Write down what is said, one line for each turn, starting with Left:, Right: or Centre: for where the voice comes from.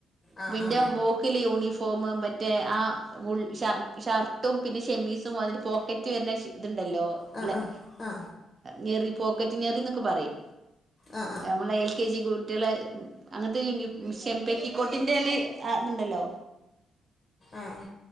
Left: ആ
Right: ഇപ്പന്റെ
Left: ആ
Right: മോക്ക് ല്ലെ യൂണിഫോമ് മറ്റേ ആ ബുൾ ഷർ ഷർട്ടും പിന്നെ ഷെമ്മീസും അതിന് പോക്കറ്റ് വര്നെ ശി ഇതുണ്ടല്ലോ.
Left: ആ
Right: ല്ലെ
Left: ആ ആ
Right: ഞെറി പോ ക്കറ്റ് ഞെറിന്നൊക്കെ പറിം.
Left: ആ ആ
Right: ഞമ്മളെ എൽ കെ ജി കു ട്ട്യേളെ അങ്ങനത്തെ യ് ന്യു ഷെം പെറ്റിക്കോട്ടിന്റെ ഒര് ആ ദ് ണ്ടല്ലോ.
Left: ആഹ്.